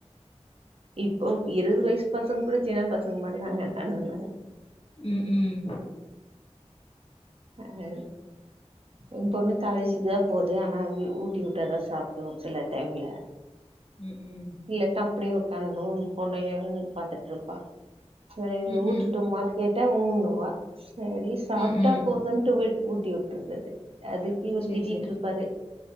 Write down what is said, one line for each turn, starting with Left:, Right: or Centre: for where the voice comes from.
Right: இப்போ இருபது வயசு பசங்க கூட சின்ன பசங்க மாரிதாங்க இருகானுங
Left: ம் ம்
Right: அஹ்ஹே என் பொண்ணு காலேஜுக்கு தா போது ஆனா ஊட்டி வுட்டாதா சாப்பிடும் சில டைம்ல
Left: ம் ம்
Right: இல்லட்டா அப்டியே உக்காந்தும் போனயே பாத்துட்டுருப்பா செரி
Left: ம்
Right: ஊட்டுட்டுமான் கேட்டா ஊண்ணுவா சரி சாப்ட்டா
Left: ம் ம் ம்
Right: போதுன்ட்டு வி ஊட்டி விட்டுர்ரதது அதுக்கு இவர்
Left: சேரி
Right: திட்டிட்டு
Left: சேரி
Right: இருப்பாரு